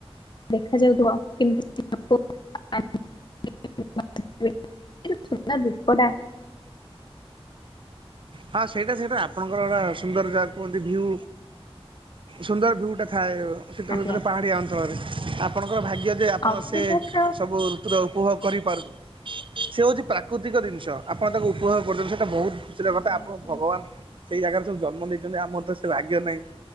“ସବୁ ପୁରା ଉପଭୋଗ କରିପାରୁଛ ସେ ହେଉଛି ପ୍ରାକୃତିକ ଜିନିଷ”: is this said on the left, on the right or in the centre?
Right